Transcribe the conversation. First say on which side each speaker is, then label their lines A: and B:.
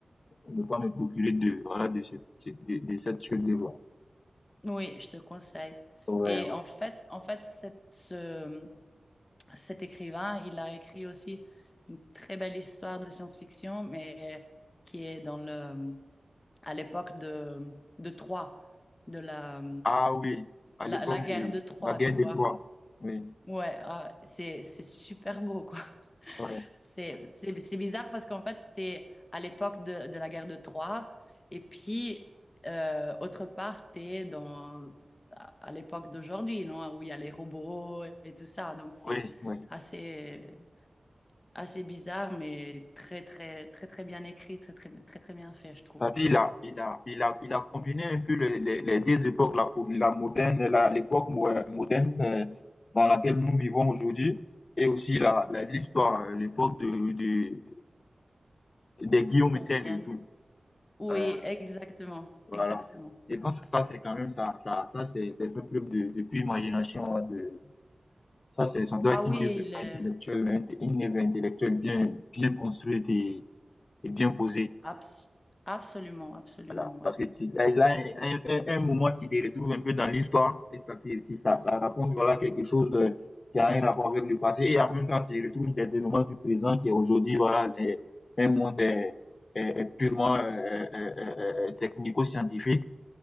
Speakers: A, on the left; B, on the left.
A: ne pas me procurer de, voilà, de, ce- de, de, de cette chose de voir.
B: Oui, je te conseille.
A: Ouais,
B: Et
A: ouais.
B: en fait, en fait, cette- ce- cet écrivain, il a écrit aussi une très belle histoire de science-fiction, mais qui est dans le, à l'époque de, de Troie, de la,
A: Ah oui, à
B: la,
A: l'époque
B: la guerre
A: de
B: de Troie,
A: la guerre
B: tu
A: de
B: vois.
A: Troie. Oui,
B: Ouais, ah, c'est, c'est super beau, quoi.
A: ouais,
B: C'est, c'est, c'est bizarre parce qu'en fait, tu es à l'époque de, de la guerre de Troie et puis, euh, autre part, tu es dans, à à l'époque d'aujourd'hui, non? Où il y a les robots et tout ça. Donc, c'est
A: oui, oui.
B: assez, assez bizarre, mais très, très, très, très bien écrit, très, très, très, très bien fait, je trouve.
A: C'est-à-dire, il a, il a, il a, il a combiné un peu les, les- les deux époques, là, pour la moderne, l'époque euh, moderne euh, dans laquelle nous vivons aujourd'hui, et aussi la, la-
B: Ouais.
A: l'histoire, euh, l'époque de, de, des Guillaume
B: L'ancienne.
A: Tell et tout.
B: Oui,
A: Euh,
B: exactement,
A: voilà.
B: exactement.
A: Je pense que ça, c'est quand même ça, ça, ça c'est c'est un preuve de, de pure imagination. hein, De, ça, c'est, ça doit
B: Ah
A: être
B: oui,
A: une œuvre
B: il est
A: intellectuelle, une œuvre intellectuelle bien, bien construite et, et bien posée.
B: abs- absolument, absolument,
A: Voilà,
B: ouais.
A: parce que tu- là, il y a un, un- un moment qui te retrouve un peu dans l'histoire et ça, qui- qui- ça, ça raconte voilà, quelque chose euh, qui a un rapport avec le passé et en même temps tu retrouves des éléments du présent qui aujourd'hui voilà, est- un monde est euh, euh, purement euh, euh, euh, euh, euh, euh, technico-scientifique